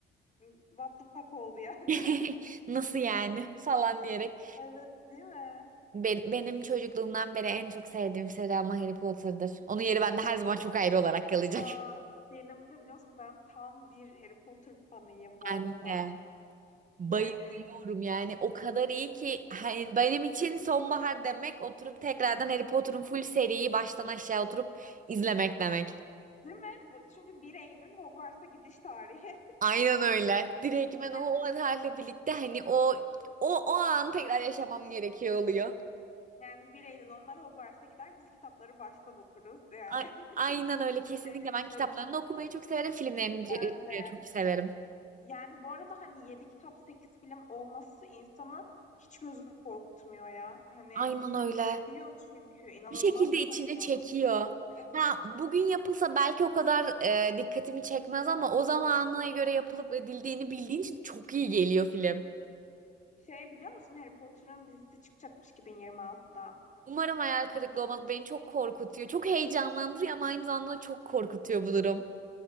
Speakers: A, on the left; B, on the right.
A: ım, what the fuck oldu yani.
B: <laughs>
A: <laughs>
B: Nasıl yani falan diyerek.
A: Evet değil mi?
B: Ben- benim çocukluğumdan beri en çok sevdiğim seri ama Harry Potter'dır. Onun yeri bende her zaman çok ayrı olarak kalacak.
A: Ya benim de biliyorsun ben tam bir Harry Potter fanıyım bu
B: Ben
A: arada.
B: de bayılıyorum
A: Yani
B: yani o kadar iyi ki hani benim için sonbahar demek oturup tekrardan Harry Potter'ın full seriyi baştan aşağı oturup izlemek demek.
A: Değil mi? Bu, çünkü bir Eylül Hogwarts'a gidiş tarihi.
B: Aynen öyle. Direkt ben o,
A: Evet.
B: o halde birlikte hani o o o anı tekrar yaşamam gerekiyor oluyor.
A: Yani bir Eylül onlar Hogwarts'a gider biz kitapları baştan okuruz. Yani
B: A-
A: <laughs>
B: aynen öyle kesinlikle
A: onları
B: ben
A: izleriz
B: kitaplarını da okumayı çok severim, filmlerini
A: ben
B: de
A: de.
B: de çok severim.
A: Yani bu arada hani 7 kitap 8 film olması insanı hiç gözünü korkutmuyor ya. Hani
B: Aynen öyle.
A: sarıyor çünkü inanılmaz
B: bir şekilde
A: sarıyor.
B: içine çekiyor. Ha
A: Evet, çok
B: bugün yapılsa belki o kadar e, dikkatimi çekmez ama o zamana göre yapılıp edildiğini bildiğin için çok iyi geliyor film.
A: şey biliyor musun Harry Potter'ın dizisi çıkacakmış 2026'da.
B: Umarım hayal kırıklığı olmaz. Beni çok korkutuyor. Çok heyecanlandırıyor ama aynı zamanda çok korkutuyor bu durum.